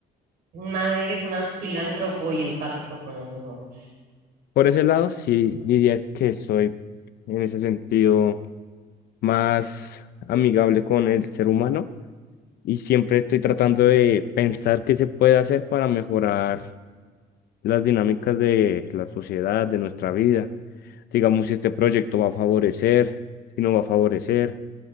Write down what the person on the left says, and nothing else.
Por ese lado, sí diría que soy en ese sentido más amigable con el ser humano y siempre estoy tratando de pensar qué se puede hacer para mejorar las dinámicas de la sociedad, de nuestra vida. digamos, si este proyecto va a favorecer, si no va a favorecer,